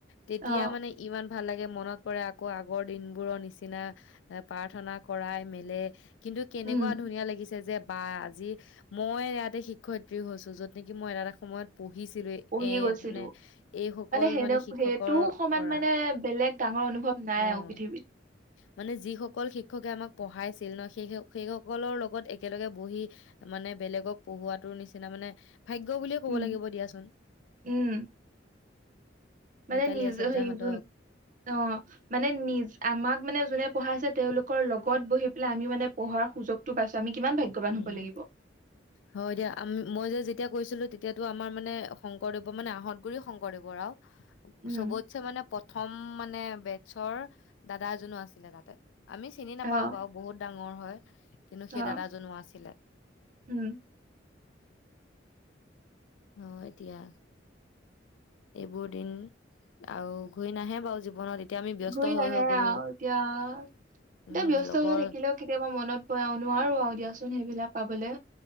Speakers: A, on the left; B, on the right.
A: তেতিয়া
B: অ'
A: মানে ইমান ভাল লাগে মনত আকৌ আগৰ দিনবোৰৰ নিচিনা প্ৰাৰ্থনা কৰাই মেলে। কিন্তু কেনেকুৱা
B: উম
A: ধুনীয়া লাগিছে যে বা আজি মই ইয়াতে শিক্ষয়িত্ৰী হৈছো য'ত নেকি মই এটা এটা সময়ত পঢ়িছিলো
B: পঢ়ি
A: এ
B: গৈছিলো
A: মানে এইসকল
B: সেনে
A: মানে শিক্ষকৰ
B: সেইটো সমান
A: পৰা
B: মানে বেলেগ ডাঙৰ অনুভৱ নাই
A: অ
B: আও পৃথিৱীত।
A: মানে যিসকল শিক্ষকে আমাক পঢ়াইছিল ন সেই সেই সকলৰ লগত একেলগে বহি মানে বেলেগক পঢ়োৱাটোৰ নিচিনা মানে ভাগ্য বুলিয়ে ক'ব
B: উম
A: লাগিব দিয়াচোন।
B: উম মানে
A: মিতালী
B: নিজ
A: আচাৰ্যাহঁতক।
B: হেৰি যোন অ মানে নি আমাক মানে যোনে পঢ়াইছে তেওঁলোক। লগত বহি পেলাই আমি মানে পঢ়াৰ সুযোগটো পাইছো আমি কিমান ভাগ্যৱান হ'ব
A: উম
B: লাগিব।
A: হয় দিয়া আমি মই যে তেতিয়া কৈছিলো তেতিয়াতো আমাৰ মানে শংকৰদেৱৰ মানে আহঁত গুৰি শংকৰদেৱৰ আও হা হা বা
B: উম
A: চবতছে মানে প্ৰথম মানে মানে বেটছৰ দাদা এজনো আছিলে তাতে আমি চিনি নাপাওঁ
B: অ'
A: বাৰু বহুত ডাঙৰ হয়। কিন্তু
B: অ'
A: সেই দাদাজন জনোৱা আছিলে।
B: উম।
A: অ এতিয়া এইবোৰ দিন আৰু ঘূৰি নাহে বাৰু জীৱনত এতিয়া আমি ব্যস্ত
B: ঘূৰি
A: হৈ
B: নাহে
A: হৈ গ'লো
B: আৰু এতিয়া এতিয়া
A: উম
B: ব্যস্ত
A: লগৰ
B: হৈ থাকিলেও কেতিয়াবা মনত পৰে অ নোৱাৰো আৰু দিয়াচোন সেইবিলাক পাবলে।